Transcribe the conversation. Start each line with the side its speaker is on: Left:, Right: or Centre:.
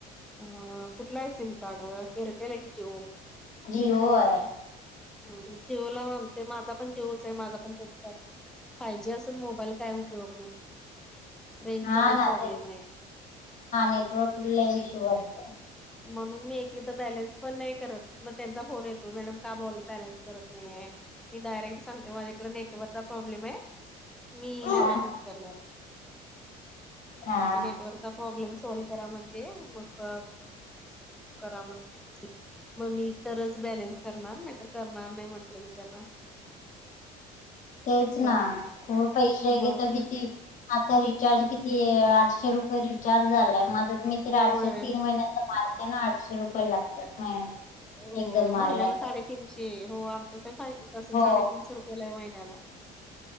Centre: ह कुठला आहे सिम कार्ड एअरटेल आहे कि जीओ.
Left: जिओ आहे.
Centre: ह जीओला आम माझा पण जीवच आहे माझा पण तोच प्रॉब्लेम फाय जी असून मोबाईल काय उपयोग नाही. रेंजचा
Left: हां
Centre: लय
Left: ना
Centre: प्रॉब्लेम
Left: तेच
Centre: आहे
Left: नेटवर्कचा इश्यू आहे.
Centre: म्हणून मी एक एकदा बॅलेन्स पण नाही करत मग त्यांचा फोन येतो मॅडम का बोल बॅलन्स करत नाहीे मी डायरेक्ट सांगते माझ्याकडे नेटवर्कचा प्रॉब्लेम आहे. मी
Left: हा
Centre: नाही बॅलन्स करणार
Left: हा,
Centre: ते नेटवर्क प्रॉब्लेम सॉल्व करा म्हणते मग करा म्हण मग मी तरच बॅलेन्स करणार नाही. तर करणार नाही म्हंटले मी त्यांना.
Left: तेच ना
Centre: ब
Left: खर पैसे
Centre: मग
Left: घेतात तर किती आता रिचार्ज किती आठशे रुपय रुपये रिचार्ज झालाय माझ मी तर
Centre: होय.
Left: आठशे तीन महिन्याचा मारते ना आठशे रुपये लागतात.
Centre: हो
Left: एकदम मारला
Centre: महिन्याला साडेतीनशे
Left: तर
Centre: हो आमचा फाय जीच असेल
Left: हो
Centre: साडेतीनशे रुपये. झालाय महिन्याला